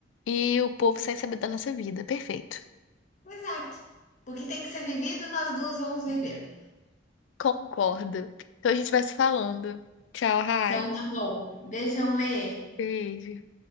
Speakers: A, on the left; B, on the left.
A: e o povo sem saber da nossa vida. Perfeito.
B: Exato. Porque tem que ser vivido, nós duas vamos viver.
A: Concordo. Então a gente vai se falando. Tchau, Rai.
B: Então tá bom. Beijão, Lê.
A: Beijo.